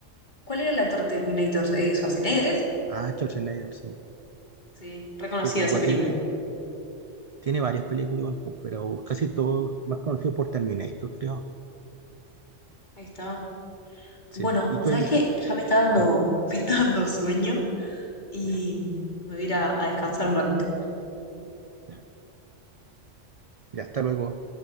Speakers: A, on the left; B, on the right.
A: ¿Cuál era el actor de Terminator? Eh, Schwarzenegger. ¿es?
B: Ah, Schwarzenegger, sí.
A: Sí, reconocida
B: Sí, pues
A: esa
B: igual
A: película.
B: tiene, pel- tiene varias películas, igual, pues, pero casi todo más conocido por Terminator, creo.
A: Ahí está
B: Sí,
A: Bueno,
B: pues, ¿y tú
A: ¿sabes
B: has visto?
A: qué? Ya me está dando,
B: Ah,
A: <laughs> me está dando sueño. y
B: ya,
A: me voy a ir a a descansar un ratito.
B: ya. Ya, hasta luego.